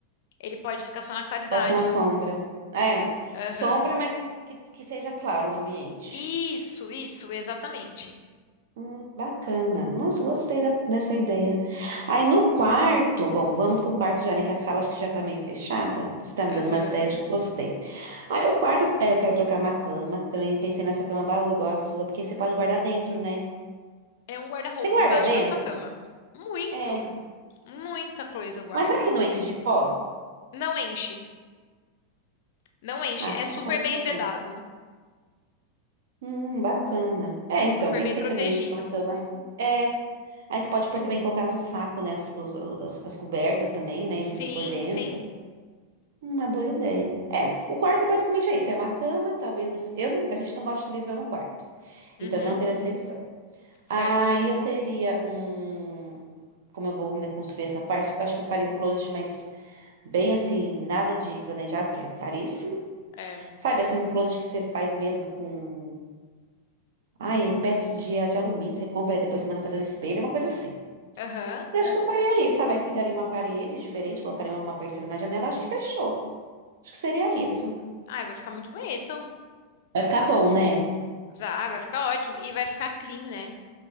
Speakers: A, on the left; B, on the right.
A: Ele pode ficar só na claridade.
B: Bota na sombra. É,
A: Aham.
B: sombra, mas que, que, que seja claro o ambiente.
A: Isso, isso, exatamente.
B: Hum, bacana. Nossa, gostei da- dessa ideia. Aí no quarto, bom, vamos pro quarto já, né? Que a sala acho que já tá meio fechada. Você tá me dando
A: Aham.
B: umas ideias que eu gostei. Aí o quarto, é, eu quero trocar uma cama. Também pensei nessa cama baú igual a sua, porque você pode guardar dentro, né?
A: É um guarda-roupa
B: Você guarda
A: embaixo
B: dentro?
A: da sua cama. Muito,
B: É.
A: muita coisa eu guardo.
B: Mas será que não enche de pó?
A: Não enche, não enche.
B: Ah,
A: É
B: se
A: super
B: não, isso
A: bem
B: é
A: vedado.
B: bom. Hum, bacana. É,
A: É
B: então,
A: super
B: pensei
A: bem protegido.
B: também numa cama assim. É. Aí você pode pôr também colocar num saco, né? As, os- os- as cobertas também, né? e
A: Sim,
B: Por dentro.
A: sim.
B: Uma boa ideia. É, o quarto basicamente é isso. É uma cama, talvez você. Eu não, a gente não gosta de televisão no quarto.
A: Uhum,
B: Então não teria televisão.
A: certo.
B: Aí eu teria um. Como eu vou ainda construir essa parte, acho que eu faria um closet, mas bem assim, nada de planejado, porque é caríssimo.
A: É.
B: Sabe, assim, um É. closet que você faz mesmo com. Ai, peças de, de alumínio, você compra e depois você manda fazer um espelho, é uma coisa assim.
A: Aham.
B: Eu acho que eu faria isso, sabe? Aí pintaria uma parede diferente, colocaria uma persiana na janela, acho que fechou. Acho que seria isso.
A: Ai, vai ficar muito bonito.
B: Vai ficar bom, né?
A: Vai, vai ficar ótimo. E vai ficar clean, né?